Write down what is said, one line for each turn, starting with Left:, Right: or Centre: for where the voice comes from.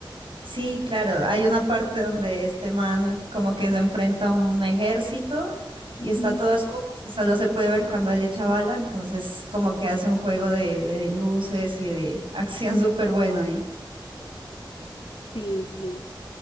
Right: Sí, claro, hay una parte
Left: Ujú,
Right: donde este man como que se enfrenta a un ejército y
Left: ujú.
Right: está todo a oscuras y solo se puede ver cuando él echa bala, entonces como que hace un juego de, de luces y de <laughs> acción súper bueno ahí.
Left: Sí, sí.